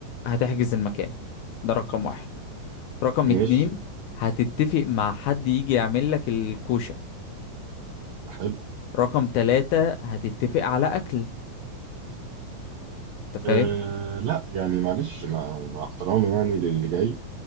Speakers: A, on the left (about 75°); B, on the right (about 75°).
A: هتحجز المكان ده رقم واحد رقم اتنين
B: ماشي
A: هتتفق مع حد يجي يعمل لك الكوشة
B: حلو
A: رقم تلاتة هتتفق على اكل انت فاهم
B: أه لا يعني معلش مع, مع احترامي يعني للي جاي